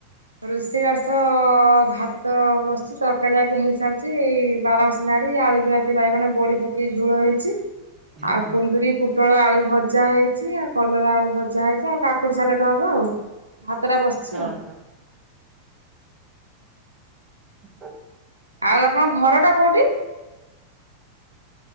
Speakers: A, on the right; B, on the right.
A: ରୋଷେଇ ବାସ ଭାତ ବ କିଛି ତରକାରୀ ଆଗେ ହେଇସାରିଛି ବାରମସୀ ନାଡି ଆଳୁ ବିଲାତି ବାଇଗଣ ବଡି ପ କି ଝୋଳ ହେଇଚି।
B: ହଁ
A: ଆଉ କୁନ୍ଦୁରି ପୋଟଳ ଆଳୁ ଭଜା ହେଇଛି। ଆଉ କଲରା ଆଳୁ ଭଜା ହେଇଛି। ଆଉ କାକୁଡି ସାଲାଟ ହବ ଆଉ। ଭାତ ଟା ବସିଛି
B: ହଁ
A: ଆଉ।
B: ହଁ
A: ଆଉ ଆପଣଙ୍କ ଘର ଟା କୋଉଠି?